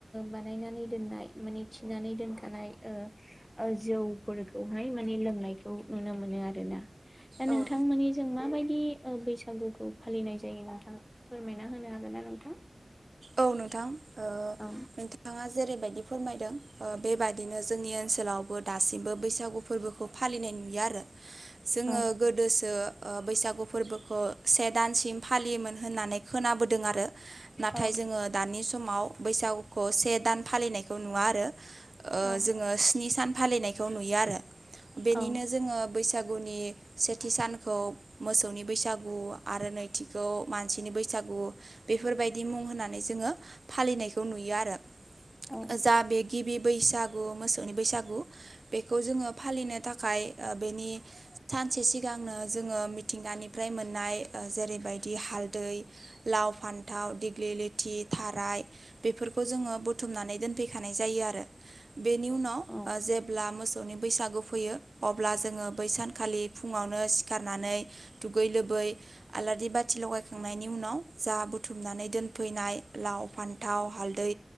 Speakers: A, in the centre; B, on the right.
A: बानायनानै दोननाय माने थिनानै दोनखानाय ओ आरो जौ फोरखौहाय माने लोंनायखौ नुनो मोनो आरोना। दा नोंथांमोननि
B: औ
A: जों माबायदि बैसागुखौ फालिनाय जायो नोंथां फोरमायना होनो हागोन ना नोंथां?
B: औ नोंथां।
A: ओ।
B: नोंथाङा जेरैबायदि फोरमायदों बेबायदिनो जोंनि ओनसोलावबो दासिमबो बैसागु फोरबोखौ फालिनाय नुयो आरो जोङो
A: औ
B: गोदोसो बैसागु फोरबोखौ से दानसिम फालियोमोन होननानै खोनाबोदों आरो नाथाय
A: औ
B: जोङो दानि सम समाव बैसागुखौ से दान फालिनायखौ नुवा आरो
A: औ
B: जोङो स्नि सान फालिनायखौ नुयो आरो बेनिनो
A: औ
B: जोङो बैसागु गुनि सेथि सानखौ मोसौनि बैसागु आरो नैथिखौ मानसिनि बैसागु बेफोरबायदि मुं होननानै जोङो फालिनायखौ नुयो आरो
A: औ
B: जा बे गिबि बैसागु मोसौनि बैसागु बेखौ जोङो फालिनो थाखाय बेनि सानसे सिगांनो जोङो मिथिंगानि नोय मोननाय जेरैबायदि हालदै लाव फान्थाव बेलिथि थाराय बेफोरखौ जोङो बुथुमनानै दोनफैखानाय जायो आरो बेनि उनाव
A: औ
B: जेब्ला मोस मोसौनि बैसागु फैयो अब्ला जोङो बै सानखालि फुङावनो सिखारनानै दुगै लोबै बै आलारि बाथि लगायखांनायनि उनाव जा बुथुमनानै दोनफैनाय लाव फान्थाव हालदै